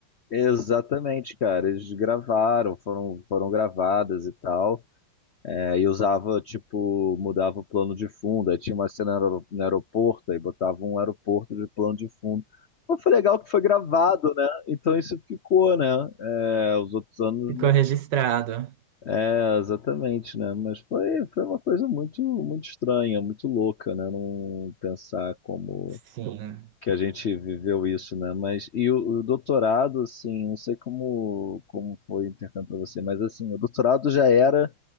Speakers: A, on the left (about 70°); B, on the right (about 65°).
A: Exatamente, cara. Eles gravaram, foram, foram gravadas e tal. É, e usava, tipo, mudava o plano de fundo. Aí tinha uma cena no aero- no aeroporto, aí botava um aeroporto de plano de fundo. Mas foi legal que foi gravado, né? Então isso ficou, né? É, os outros anos
B: Ficou registrado.
A: É, exatamente, né? Mas foi, foi uma coisa muito, muito estranha, muito louca, né? Não pensar como
B: Sim,
A: que a gente viveu isso, né? Mas e o, o doutorado, assim, não sei como, como foi o intercâmbio para você, mas assim, o doutorado já era